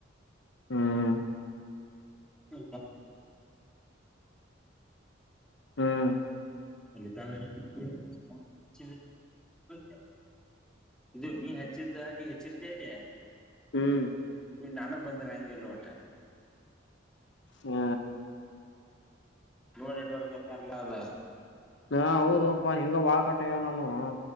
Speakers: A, on the left; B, in the centre.
A: ಹ್ಮ.
B: ಗ ಎ
A: ಹ್ಮ್
B: ಕ <unintelligible> ಇದು ನೀ ಹಚ್ಚಿದ ನೀ ಹೆಚ್ಚಿರ್ತೀಯಾ ಅಲ್ಲಿ.
A: ಹ್ಮ್ ಹ್ಮ್
B: ಇಲ್ಲಿ ನನಗ್ ಬಂದಾರ ಹಂಗೆಲ್ಲ ಹೊಟ್ಟೆ.
A: ಹ್ಮ್.
B: ನೋ ನೆಟ್ವರ್ಕ್ ಎತ್ತಾರಲ್ಲ ಅದ.
A: ಹಾ ಹೌದುಪ್ಪಾ ಹೆಂಗೋ ಬಾಳ ಕಟ್ಟ ಆಗವೇ ನನ್ನವು.